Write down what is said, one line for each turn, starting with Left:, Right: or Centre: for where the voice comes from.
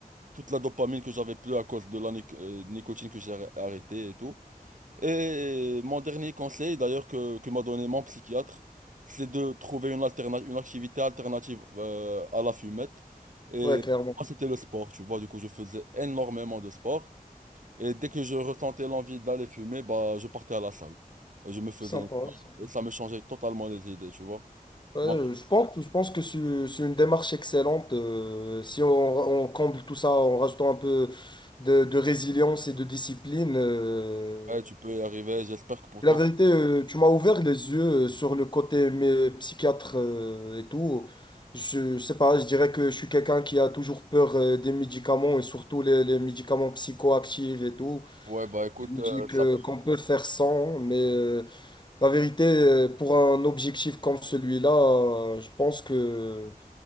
Right: toute la dopamine que j'avais plus à cause de la nic- euh, nicotine que j'ai arr- arrêtée et tout. Et mon dernier conseil, d'ailleurs, que, que m'a donné mon psychiatre, c'est de trouver une alterna- une activité alternative euh, à la fumette. Et
Left: Ouais, clairement.
Right: pour moi, c'était le sport, tu vois. Du coup, je faisais énormément de sport. Et dès que je ressentais l'envie d'aller fumer, bah, je partais à la salle. Et je me faisais
Left: Sympa,
Right: un plan.
Left: sympa.
Right: Et ça me changeait totalement les idées, tu vois.
Left: Ouais,
Right: Bon,
Left: euh, je pense, je pense que c'est c'est une démarche excellente. euh, si on, on comble tout ça en rajoutant un peu de, de résilience et de discipline, euh,
Right: Ouais, tu peux y arriver. J'espère que pour
Left: Et
Right: toi.
Left: La vérité, euh, tu m'as ouvert les yeux euh, sur le côté mais, euh, psychiatre euh, et tout. Je, je sais pas, je dirais que je suis quelqu'un qui a toujours peur euh, des médicaments et surtout les, les médicaments psychoactifs et tout.
Right: Ouais, bah écoute,
Left: Je me
Right: euh,
Left: dis que
Right: ça,
Left: qu'on peut faire sans, mais euh, la vérité, euh, pour un objectif comme celui-là, euh, je pense que,